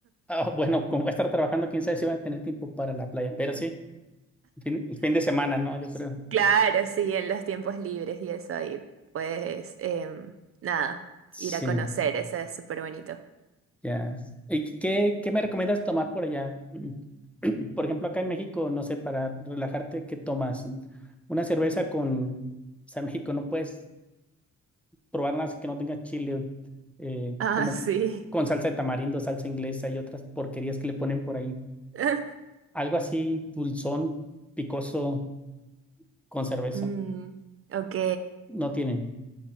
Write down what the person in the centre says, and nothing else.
Ah, bueno, como voy a estar trabajando, quién sabe si voy a tener tiempo para la playa, pero sí, fin, el fin de semana, ¿no? Yo creo.
Sí,
ya. ¿Y qué, qué me recomiendas tomar por allá? <clears throat> Por ejemplo, acá en México, no sé, para relajarte, ¿qué tomas? Una cerveza con, o sea, en México no puedes probar nada si que no tenga chile, eh,
como
con salsa de tamarindo, salsa inglesa y otras porquerías que le ponen por ahí.
Algo así, dulzón, picoso, con cerveza.
No tienen.